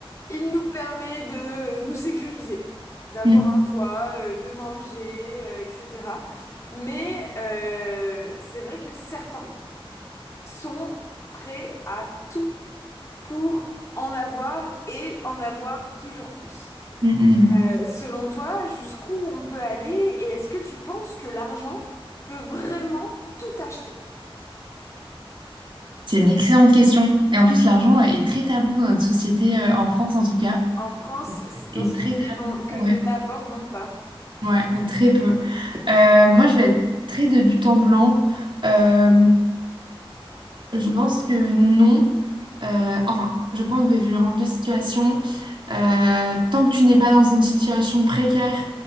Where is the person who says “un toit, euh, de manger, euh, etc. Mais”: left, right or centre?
Left